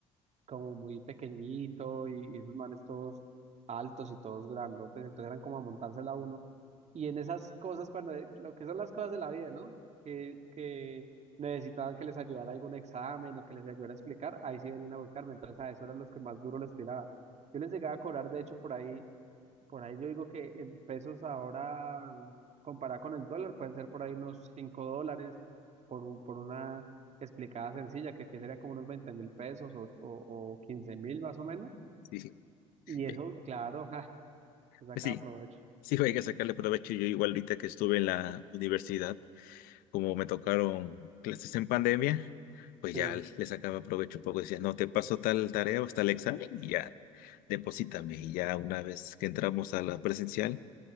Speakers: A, on the right; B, on the left.
A: como muy pequeñito y, y esos manes todos altos y todos grandotes, entonces eran como a montársela a uno. Y en esas cosas, cuando eh, lo que son las cosas de la vida, ¿no? Que, que necesitaban que les ayudara algún examen o que les ayudara a explicar, ahí sí venían a buscarme, entonces a eso eran los que más duro les tiraba. Yo les llegaba a cobrar, de hecho, por ahí. Por ahí yo digo que en pesos ahora, comparado con el dólar, pueden ser por ahí unos 5 dólares por, un- por una explicada sencilla, que aquí sería como unos veinte mil pesos o, o, quince mil más o menos.
B: Sí, sí,
A: Y eso,
B: Eh,
A: claro, <laughs> ja, se saca
B: pues sí,
A: provecho.
B: sí, hay que sacarle provecho. Yo igual ahorita que estuve en la universidad, como me tocaron clases en pandemia, pues
A: Sí,
B: ya le sacaba provecho un poco. Decía, no, te paso tal tarea o tal examen y ya, deposítame. Y ya una vez que entramos a la presencial,